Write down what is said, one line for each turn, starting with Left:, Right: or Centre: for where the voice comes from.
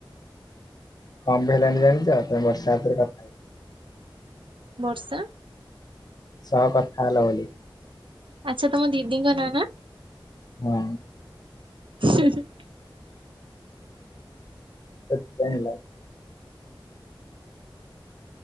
Left: କଣ ପେଇଁ ହେଲାନି ଜାଣିଛ ତମେ ବର୍ଷାା ହାତରେ କଥା ହେଇଜା।
Right: ବର୍ଷା?
Left: ସହ କଥା ହେଲ ବୋଲି ।
Right: ଆଚ୍ଛା ତମ ଦିଦିଙ୍କ ନାଁ ନା?
Left: ହଁ।
Right: ହୁଁ ହୁଁ।
Left: ସେଇଥି ପାଇଁ ହେଲା।